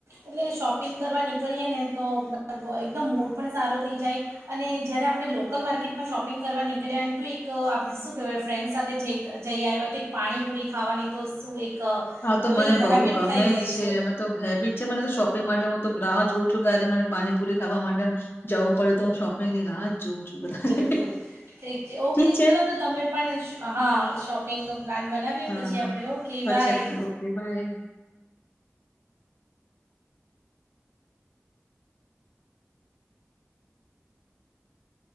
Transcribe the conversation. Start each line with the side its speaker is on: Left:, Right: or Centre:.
Right: એટલે શોપિંગ કરવા નીકળીએ ને તોબ <inaudible> એકદમ મૂડ પણ સારો થઈ જાય અને જ્યારે આપણે લોકલ માર્કેટમાં શોપિંગ કરવા નીકળ્યાએને તો એક આપણે શું કહેવાય ફ્રેન્ડ સાથે જઈ જઈ આવ્યા હોય તો એક પાણીપુરી ખાવાની તો શું એક અ,
Left: હા તો
Right: આપણી
Left: મને
Right: હેબિટ
Left: બઉ ગ ગમે
Right: થઈ ગઈ
Left: છે મ તો હેબિટ છે મને તો શોપિંગ માટે હું તો રારહ જો છું ક્યારે મને પાણીપુરી ખાવા માટે જવું પડે તો હું શોપિંગ ની રાહ જ જોઉં છું વધારે.
Right: બિલકુલ, ઠીક છે. ઓકે
Left: ઠીક છે,
Right: ચાલો તો તમે શ પણ હા શોપિંગનું પ્લાન બનાવીએ
Left: હા,
Right: પછી
Left: હા.
Right: આપણે ઓકે
Left: પછી
Right: બાય.
Left: આપણે ઓકે બાય.